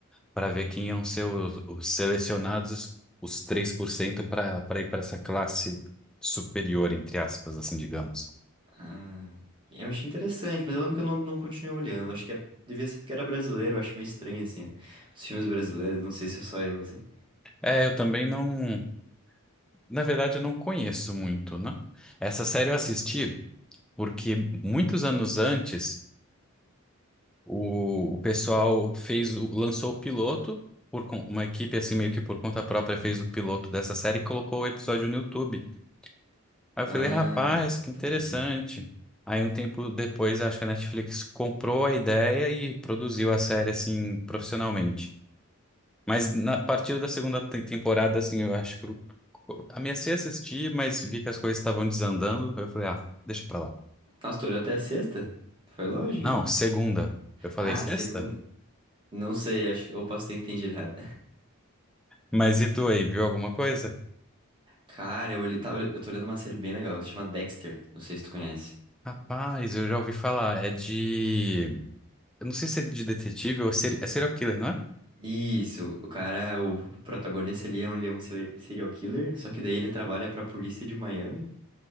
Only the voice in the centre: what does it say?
pra ver quem iam ser os, os selecionados, os 3% pra para ir pra essa classe superior, entre aspas, assim, digamos.
É, eu também não. Na verdade, eu não conheço muito, né? Essa série eu assisti porque muitos anos antes o, o pessoal fez o, lançou o piloto por con- uma equipe assim meio que por conta própria fez o piloto dessa série e colocou o episódio no YouTube. Aí eu falei,
rapaz, que interessante.
Aí um tempo depois, acho que a Netflix comprou a ideia e produziu a série assim profissionalmente. Mas na, a partir da segunda te- temporada, assim, eu acho que eu amecei a assistir, mas vi que as coisas estavam desandando. Eu falei, ah, deixa pra lá.
Não,
segunda. Eu falei,
sexta?
Mas e tu aí, viu alguma coisa?
Rapaz, eu já ouvi falar. É de. Eu não sei se é de detetive ou seri- é serial killer, não é?